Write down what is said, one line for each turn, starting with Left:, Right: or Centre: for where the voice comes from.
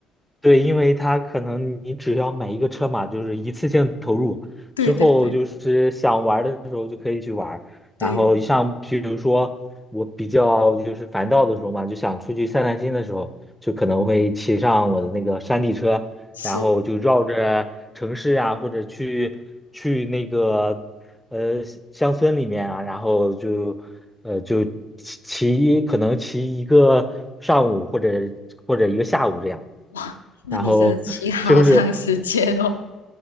Centre: 对，因为它可能你只要买一个车嘛，就是一次性投入，
Left: 对对对
Centre: 之后就是想玩儿的时候就可以去玩儿然后像比如说我比较就是烦躁的时候嘛，
Left: 对，
Centre: 就想出去散散心的时候，就可能会骑上我的那个山地车，
Left: 是
Centre: 然后就绕着城市啊，或者去去那个呃乡村里面啊，然后就呃就骑骑可能骑一个上午或者或者一个下午这样。
Left: 哇，那你真的骑好长时间哦。
Centre: 然后就是